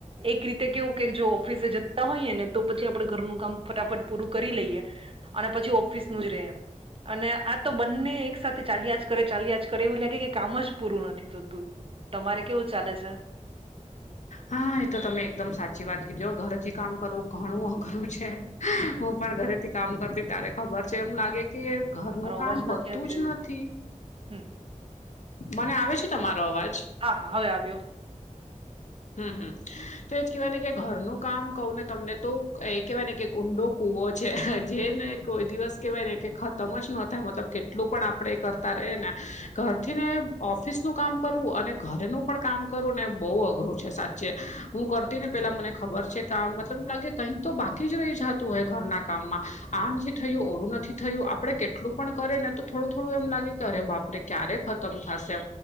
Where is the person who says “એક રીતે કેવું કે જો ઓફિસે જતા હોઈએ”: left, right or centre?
Right